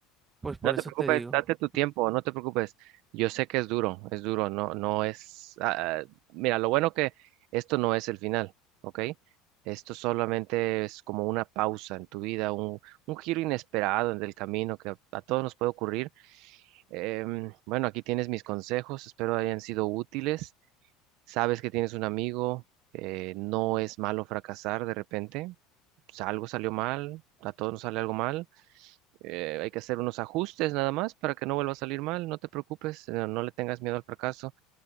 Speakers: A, on the right (about 25°); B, on the right (about 65°).
A: pues por
B: No te
A: eso
B: preocupes,
A: te digo.
B: date tu tiempo, no te preocupes. Yo sé que es duro, es duro, no, no es. ah, ah, mira, lo bueno que esto no es el final, ¿ok? Esto solamente es como una pausa en tu vida, un, un giro inesperado en el camino que a, a todos nos puede ocurrir. Em, bueno, aquí tienes mis consejos, espero hayan sido útiles. Sabes que tienes un amigo, eh, no es malo fracasar de repente. O algo salió mal, a todos nos sale algo mal eh, hay que hacer unos ajustes nada más para que no vuelva a salir mal, no te preocupes, no, no le tengas miedo al fracaso.